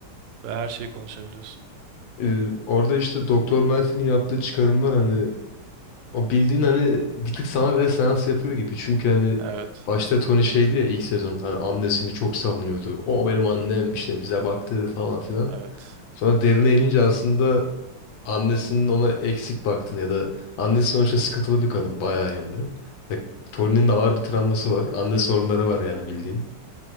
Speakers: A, on the right; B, on the left.
A: ve her şeyi konuşabiliyorsun.
B: Ee, orada işte Doktor Melfi'nin yaptığı çıkarımlar hani O bildiğin hani bir tık sana bile seans yapıyor gibi. Çünkü hani
A: Evet.
B: başta Tony şeydi ya ilk sezon hani annesini çok savunuyordu. O benim annem işte bize baktı falan filan.
A: Evet.
B: Sonra derine inince aslında annesinin ona eksik baktığını ya da annesi sonuçta sıkıntılı bir kadın bayağı hem de. Ve Tony'nin de ağır bir travması var. Anne sorunları var yani bildiğin.